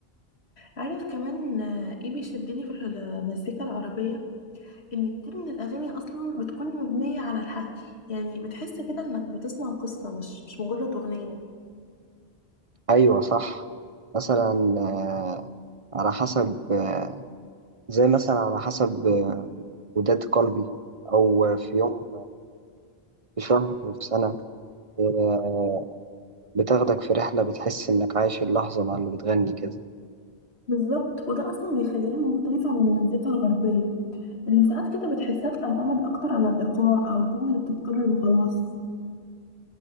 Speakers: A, on the left; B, on the right.
A: عارف كمان آه، ايه بيشدني في المزيكا العربيه ان كتير من الاغاني اصلا بتكون مبنيه على الحكي يعني بتحس كده انك بتسمع قصه مش مش مجرد اغنيه
B: ايوه صح مثلا آه، على حسب آه، زي مثلا على حسب آه، وداد قلبي او في يوم في شهر في سنه آه، بتاخدك في رحله بتحس انك عايش اللحظه مع اللي بتغني كده
A: بالظبط وده أصلا بيخليها مختلفة عن المزيكا الغربية اللي ساعات كده بتحسها بتعتمد أكتر على الإيقاع أو الجملة اللي بتتكرر وخلاص